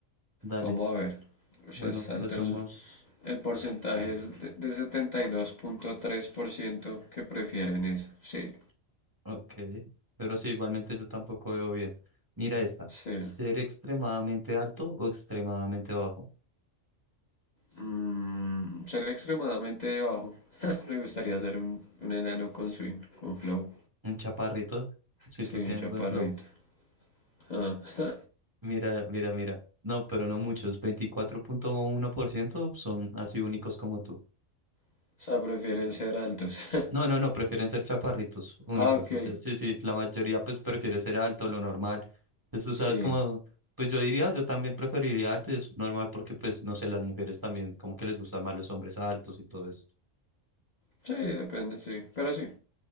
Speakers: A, on the right; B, on the left.
A: dale.
B: Vamos a ver. Ush,
A: Bueno,
B: es alto
A: pues somos...
B: el, el porcentaje, es de, de setenta y dos punto tres por ciento que prefieren esa. Sí,
A: Ok, pero sí, igualmente yo tampoco veo bien. Mira esta,
B: sí.
A: ser extremadamente alto o extremadamente bajo.
B: Mm, ser extremadamente bajo. <laughs> Me gustaría ser un, un enano con swing, con flow.
A: Un chaparrito, si
B: Sí,
A: tú
B: un
A: tienes
B: chaparrito.
A: buen flow.
B: <laughs>
A: Mira, mira, mira. No, pero no muchos, Veinticuatro punto uno por ciento son así únicos como tú.
B: O sea, prefieren ser altos. <laughs>
A: No, no, no, prefieren ser chaparritos únicos.
B: Ah, ok.
A: O sea, sí, sí, la mayoría pues prefiere ser alto, lo normal. Entonces tú
B: Sí.
A: sabes como, pues yo diría, yo también preferiría alto y es normal porque pues no sé, las mujeres también como que les gustan más los hombres altos y todo eso.
B: Sí, depende, sí. Pero sí.